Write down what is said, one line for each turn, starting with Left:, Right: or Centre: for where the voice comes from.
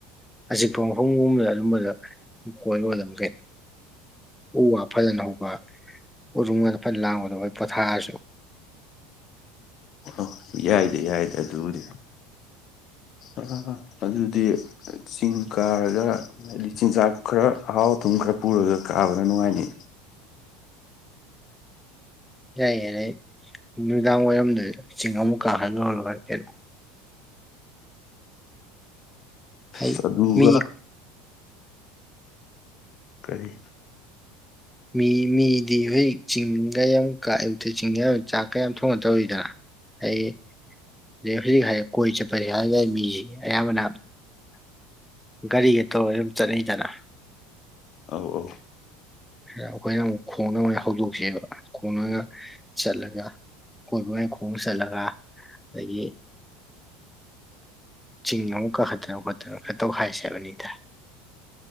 Centre: ꯑꯖꯤꯛꯄ ꯃꯐꯝꯒꯨꯝꯕꯗ ꯑꯗꯨꯝꯕꯗ ꯀꯣꯏꯔꯣꯗꯃꯤ ꯀꯩꯅꯣ ꯎ ꯋꯥ ꯐꯖꯟꯅ ꯍꯧꯕ ꯎꯔꯨꯡꯉꯗ ꯐꯖꯟ ꯂꯥꯡꯕꯗꯣ ꯒꯥ ꯄꯣꯊꯥꯔꯁꯨ
Left: ꯑ ꯌꯥꯏꯗ ꯌꯥꯏꯗ ꯑꯗꯨꯕꯨꯗꯤ ꯑꯥꯍꯥ ꯍꯥ ꯑꯗꯨꯗꯤ ꯆꯤꯡ ꯀꯥꯔꯒ ꯍꯥꯏꯗꯤ ꯆꯤꯟꯖꯥꯛ ꯈꯔ ꯍꯥꯎ ꯊꯨꯝ ꯈꯔ ꯄꯨꯔꯒ ꯀꯥꯕꯅ ꯅꯨꯡꯉꯥꯏꯅꯤ
Centre: ꯌꯥꯏꯌꯦꯗꯩ ꯅꯨꯡꯗꯥꯡ ꯋꯥꯏꯔꯝꯗ ꯆꯤꯡ ꯑꯃꯨꯛ ꯀꯥꯍꯜꯂꯨꯔꯒ ꯅꯨꯪꯉꯥꯏ ꯀꯩꯅꯣ ꯑꯩ
Left: ꯆꯠꯂꯨꯕꯥ
Centre: ꯃꯤ
Left: ꯀꯔꯤ
Centre: ꯃꯤ ꯃꯤꯗꯤ ꯍꯧꯖꯤꯛ ꯆꯤꯡꯒ ꯌꯥꯝ ꯀꯥꯢ ꯌꯨꯛꯇ ꯆꯤꯡꯌꯥ ꯆꯥꯛꯀ ꯑꯝ ꯊꯣꯡꯉꯥ ꯇꯧꯌꯤꯗ ꯑꯩ ꯍꯨꯖꯤ ꯍꯥꯏ ꯀꯣꯏ ꯆꯠꯄꯅꯦ ꯍꯥꯏ ꯌꯥꯢ ꯃꯤꯖꯤꯡꯌꯦ ꯑꯌꯥꯝꯕꯅ ꯒꯥꯔꯤꯒ ꯇꯧꯔ ꯗꯨꯝ ꯆꯠꯅꯩꯗꯅ
Left: ꯑꯧ ꯑꯧ
Centre: ꯑꯩꯈꯣꯏꯅ ꯑꯃꯨꯛ ꯈꯣꯡꯅ ꯃꯣꯢ ꯍꯧꯗꯣꯛꯁꯦꯕ ꯈꯣꯡꯅꯒ ꯆꯠꯂꯒ ꯀꯣꯏꯕꯑꯣꯢ ꯈꯣꯡ ꯆꯠꯂꯒ ꯑꯗꯒꯤ ꯆꯤꯡ ꯅꯥꯎ ꯀꯥꯈꯠꯇꯅ ꯈꯣꯠꯇꯅ ꯈꯇꯧꯈ ꯍꯥꯏꯁꯦ ꯕꯅꯤ ꯇꯥꯏ